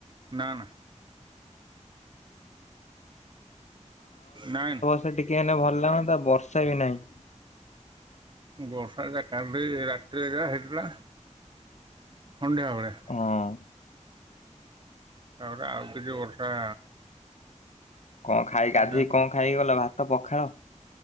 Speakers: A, on the right (about 40°); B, on the left (about 65°).
A: ନା ନା ନାଇ।
B: ସେ ଟିକେ ହେନେ ଭଲ ଲାଗନ୍ତା ବର୍ଷା ବି ହେଲା ନି।
A: ବର୍ଷା ଯା କାଲି ରାତିରେ ଯାହା ହେଇଥିଲା। ସନ୍ଧ୍ୟା ବେଳେ।
B: ହଁ।
A: ତା ପରେ ଆଉ କିଛି ବର୍ଷା
B: କଣ ଖାଇ ଗାଧେଇ
A: ମାନେ
B: କଣ ଖାଇକି ଗଲ ଭାତ ପଖାଳ?